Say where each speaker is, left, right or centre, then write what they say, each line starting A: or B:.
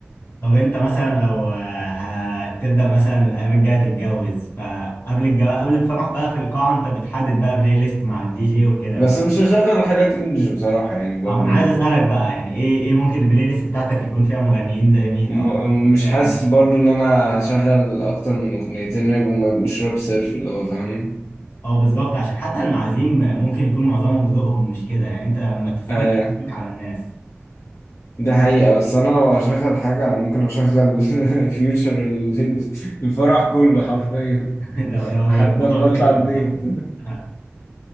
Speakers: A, on the left; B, on the left.
A: طب انت مثلا لو آه، هتبدا مثلا الايام الجايه تتجوز فقبل الجو... قبل الفرح بقى في القاعه انت بتحدد بقى بلاي ليست مع الدي جي وكده
B: بس
A: ف...
B: مش هشغل حاجات انجلش بصراحة يعني برضه
A: آه، انا
B: يعني
A: عايز اسالك بقى يعني ايه ايه ممكن البلاي ليست بتاعتك يكون فيها مغنيين زي مين
B: وم-
A: او ممكن
B: ومش
A: يبقى فيها
B: حاسس
A: اغاني
B: برضه
A: مين؟
B: ان انا هشغل اكتر من اغنيتين راب وما يبقوش راب صرف اللي هو فاهم
A: اه بالظبط عشان حتى المعازيم ممكن يكون معظمهم ذوقهم مش كده يعني انت ما تفرضش
B: ايوه
A: ذوقك على الناس
B: ده حقيقة بس انا لو اشغل حاجة انا ممكن اشغل <laughs> فيوتشر ال- الفرح كله حرفيا
A: <laughs> لو
B: <laughs>
A: لو
B: لحد
A: الموضوع
B: ما
A: بإيدك
B: اطلع البيت
A: آه،